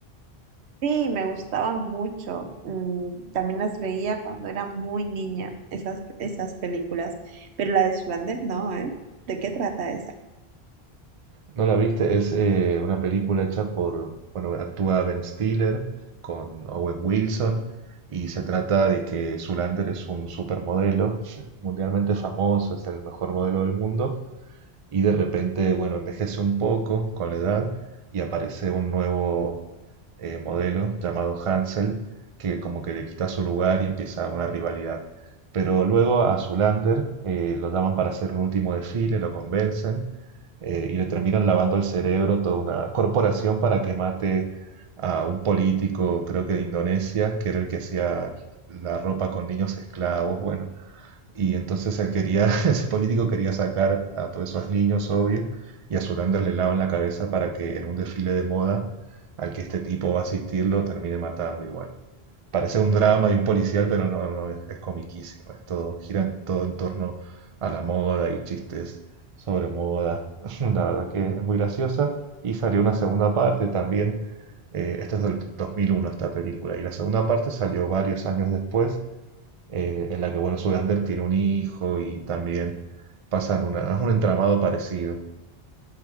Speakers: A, on the right; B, on the right.
A: Sí, me gustaban mucho. Mm, también las veía cuando era muy niña, esas, esas películas. Pero la de Zoolander no, ¿eh? ¿De qué trata esa?
B: ¿No la viste? Es eh, una película hecha por, bueno, actúa Ben Stiller con Owen Wilson y se trata de que Zoolander es un supermodelo mundialmente famoso, es el mejor modelo del mundo y de repente, bueno, envejece un poco con la edad y aparece un nuevo eh, modelo llamado Hansel que como que le quita su lugar y empieza una rivalidad. Pero luego a Zulander eh, lo llaman para hacer un último desfile, lo convencen eh, y le terminan lavando el cerebro toda una corporación para que mate a un político, creo que de Indonesia, que era el que hacía la ropa con niños esclavos. Bueno, y entonces él quería, <laughs> ese político quería sacar a todos esos niños, obvio, y a Zoolander le lavan la cabeza para que en un desfile de moda al que este tipo va a asistir lo termine matando. Y bueno, parece un drama de un policial, pero no, no, es, es comiquísimo. Es todo, gira en- todo en torno a la moda y chistes sobre moda. <laughs> La verdad que es muy graciosa. Y salió una segunda parte también. eh, esta es del 2001, esta película. Y la segunda parte salió varios años después eh, en la que, bueno, Zoolander tiene un hijo y también pasan una, un entramado parecido.